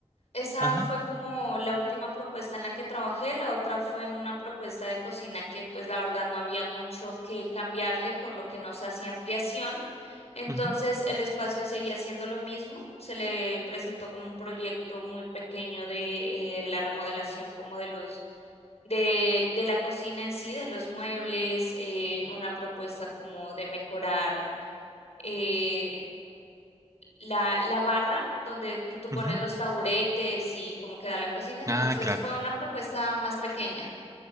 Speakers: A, on the left (about 70°); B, on the right (about 30°).
A: Esa
B: Ajá.
A: fue como la última propuesta en la que trabajé. La otra fue en una propuesta de cocina que pues la verdad no había mucho que cambiarle, por lo que no se hacía ampliación. Entonces
B: ujú,
A: el espacio seguía siendo lo mismo. Se le presentó como un proyecto muy pequeño de eh, la remodelación como de los de, de la cocina en sí, de los muebles, eh, una propuesta como de mejorar. eh, la, la barra donde tú tú pones
B: ujú.
A: los taburetes y cómo queda la cocina. Entonces
B: Ah, claro.
A: fue una propuesta más pequeña.